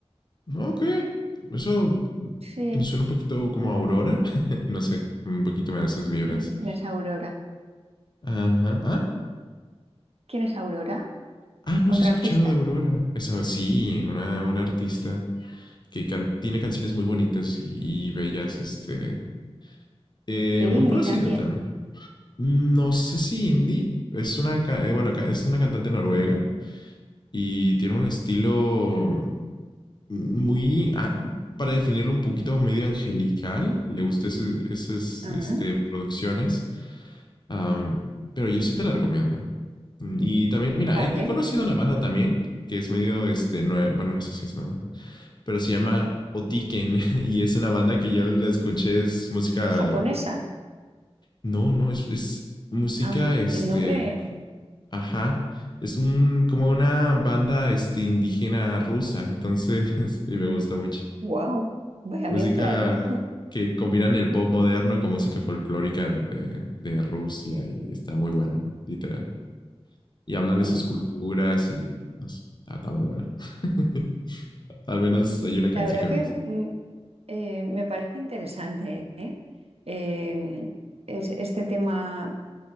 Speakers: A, on the left (about 45°); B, on the right (about 70°).
A: Ah, Ok. Eso
B: Sí,
A: me suena un poquito como a Aurora. <laughs> no sé, un poquito me da esas vibras.
B: no sé quién es Aurora.
A: Ajá. Ah,
B: ¿Quién es Aurora?
A: ah, no
B: ¿Otra
A: has escuchado
B: artista?
A: de Aurora. Esa, sí, una,
B: No.
A: una artista que can- tiene canciones muy bonitas y, y bellas, este, eh,
B: De
A: muy
B: indie
A: conocida
B: también.
A: también. No sé si indie. Es una, ca- eh, bueno, ca- es una cantante noruega y tiene un estilo muy, ah, para definirlo un poquito, medio angelical. Le gusta ese- esas
B: Ah,
A: este, producciones. Am, pero yo sí te la recomiendo. Y también, mira,
B: vale.
A: he, he conocido una banda también que es medio, este, nue- bueno, no sé si es nueva, pero se llama Otiken <laughs> y es una banda que yo la escuché, es música
B: Japonesa.
A: no, no, es, es música,
B: Ah,
A: este,
B: el nombre,
A: co- ajá, es un, como una banda, este, indígena rusa, entonces, <laughs> y me gusta mucho.
B: wow, vaya
A: Música
B: mezcla, ¿no?
A: que combinan el pop moderno con música folclórica de, de- de Rusia y está muy buena, literal. Y hablan
B: Mm.
A: de sus culturas y, no sé, está, está muy buena. <laughs> Al menos hay una canción
B: La verdad
A: que
B: que
A: me gusta.
B: mm, eh, me parece interesante, ¿eh? Eh, es, este tema